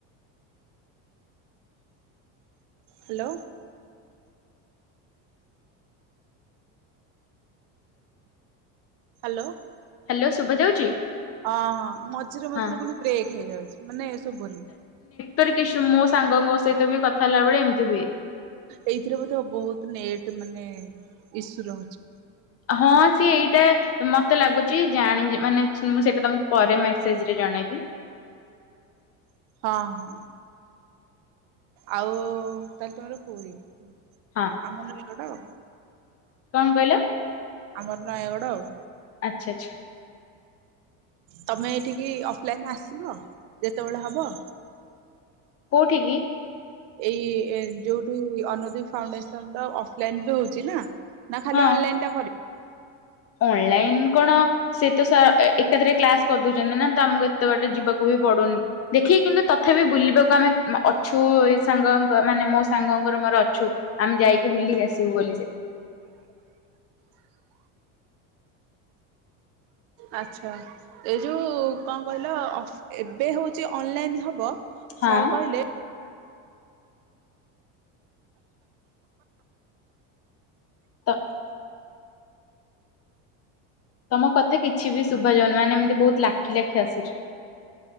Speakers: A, on the right; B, on the left.
A: ହାଲୋ। ହାଲୋ।
B: ହାଲୋ ଶୁଭା ଯାଉଚି।
A: ଅ ହଁ ମଝିରେ ମଝିରେ
B: ହଁ।
A: ପୁଣି ବ୍ରେକ୍ ହେଇଯାଉଚି ମାନେ ସୁବୁନି।
B: କରିକି ସେମ ମୋ ସାଙ୍ଗଙ୍କ ସହିତ ବି କଥା ହେଲା ବେଳେ ଏମିତି ହୁଏ।
A: ଏଇଥିରେ ବୋଧେ ବହୁତ ନେଟ ମାନେ ଇସୁ ରହୁଛି।
B: ହଁ ସିଏ ଏଇଟା ମତେ ଲାଗୁଚି। ଜାଣି ମାନେ ମୁଁ ସେଇଟା ତମକୁ ପରେ ମେସେଜ ରେ ଜଣେଇବି।
A: <inaudible> ହଁ ହଁ ଆଉ ତାହେଲେ ତମର ପୁରି। ହୁଁ।
B: ହଁ
A: ଆମ ନାନି ଗଡଟା ଆଉ।
B: କଣ କହିଲ।
A: ଆମର ନୟାଗଡ ଆଉ।
B: ଆଛା ଆଚ୍ଛା।
A: ତମେ ଏଠିକି ଅଫଲାଇନ ଆସିବ ଯେତେବେଳେ ହବ।
B: କଉଠିକି?
A: ଏଇ ଯୋଉଠୁ ଅନୁଦୁଫାଉଣ୍ଡେସନ ର ଅଫଲାଇନ ବି ହଉଛି ନା। ନା ଖାଲି
B: ହଁ
A: ଅନଲାଇନ ଟା କରି
B: ଅନଲାଇନ କଣ ସେ ତ ସା ଏକାଥରେ କ୍ଲାସ କରିଦଉଛନ୍ତିନା। ତ ଆମକୁ ଏତେ ବାଟ ଯିବାକୁ ହ ପଡୁନି ଦେଖିକି କିନ୍ତୁ ତଥାପି ବୁଲିବାକୁ ଆମେ ଅଛୁ। ସାଙ୍ଗଙ୍କ ମାନେ ମୋ ସାଙ୍ଗଙ୍କ ମୋର ଅଛୁ ଆମେ ଯାଇକି ବୁଲିକି ଆସିବୁ ବୋଲି ସେଠି।
A: <inaudible> ଆଚ୍ଛା ଏ ଯୋଉ କଣ କହିଲ ଏବେ ହଉଛି ଅନଲାଇନ ହବ।
B: ହଁ
A: ସାର୍ କହିଲେ?
B: ତ ତମ କଥା କିଛି ବି ଶୁଭାଯାଉନି ମାନେ ଏମିତି ବହୁତ ଲାଖି ଲାଖି ଆସୁଚି।